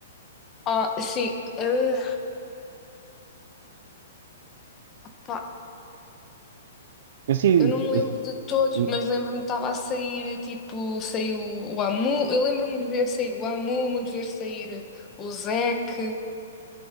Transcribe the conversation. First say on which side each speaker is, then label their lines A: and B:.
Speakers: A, on the left (about 20°); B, on the right (about 60°).
A: Ah, sim, ah, pá,
B: Assim,
A: eu não me lembro
B: esse-
A: de todos,
B: uh,
A: mas lembro-me que estava a sair, tipo, saiu o Amu, eu lembro-me de ver sair o Amumu, de ver sair o Zeke,